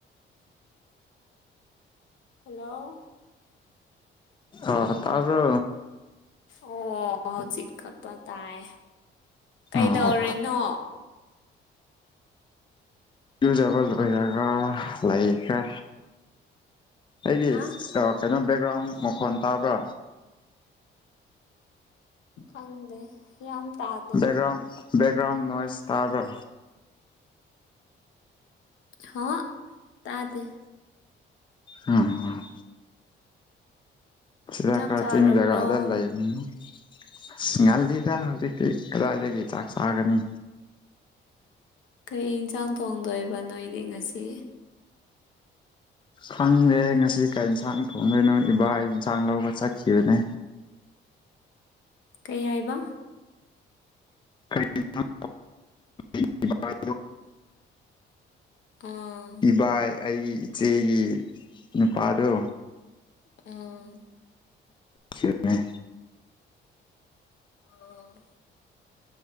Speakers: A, on the left (about 75°); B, on the left (about 25°).
A: ꯍꯜꯂꯣ
B: ꯑ ꯇꯥꯔꯕꯣ
A: ꯑꯣ ꯍꯧꯖꯤꯛ ꯀꯛꯇ ꯇꯥꯏ ꯀꯩꯗꯧꯔꯤꯅꯣ
B: ꯑꯣ ꯢꯌꯨꯖꯥꯕ ꯂꯣꯏꯔꯒ ꯂꯩꯈ꯭ꯔꯦ ꯑꯩꯒꯤ
A: ꯍꯥ
B: ꯆꯅꯝ ꯕꯦꯛꯒ꯭ꯔꯥꯎꯟ ꯃꯈꯣꯟ ꯇꯥꯕ꯭ꯔꯥ
A: ꯈꯪꯗꯦ ꯌꯥꯝ ꯇꯥꯗꯦ
B: ꯕꯦꯛꯒ꯭ꯔꯥꯎꯟ ꯕꯦꯛꯒ꯭ꯔꯥꯎꯟ ꯅꯣꯏꯁ ꯇꯥꯕ꯭ꯔꯥ
A: ꯍ ꯇꯥꯗꯦ
B: ꯎꯝ ꯁꯤꯗ
A: ꯆꯥꯛ
B: ꯈꯔ
A: ꯆꯥꯔꯕ꯭ꯔꯣ
B: ꯆꯤꯡꯖꯒꯥꯗ ꯂꯩꯕꯅꯤꯅ ꯑꯁ ꯉꯜꯂꯤꯗ ꯍꯧꯖꯤꯛꯇꯤ ꯀꯗꯥꯏꯗꯒꯤ ꯆꯥꯛ ꯆꯥꯒꯅꯤ
A: ꯀꯩ ꯏꯟꯁꯥꯡ ꯊꯣꯡꯗꯣꯏꯕ ꯅꯣꯏꯗꯤ ꯉꯥꯁꯤ
B: ꯈꯪꯗꯦ ꯉꯁꯤ ꯀꯩ ꯏꯟꯁꯥꯡ ꯊꯣꯡꯗꯣꯏꯅꯣ ꯏꯕꯥꯢ ꯏꯟꯁꯥꯡ ꯂꯧꯕ ꯆꯠꯈꯤꯕꯅꯦ
A: ꯀꯩ ꯍꯥꯏꯕ
B: ꯀꯩ ꯢꯟꯖꯥꯛ <inaudible>
A: ꯑꯣ
B: ꯏꯕꯥꯏ ꯑꯩꯒꯤ ꯏꯆꯦꯒꯤ ꯅꯨꯄꯥꯗꯨ
A: ꯑꯣ
B: ꯁꯤꯔꯝꯃꯦ
A: ꯑꯣ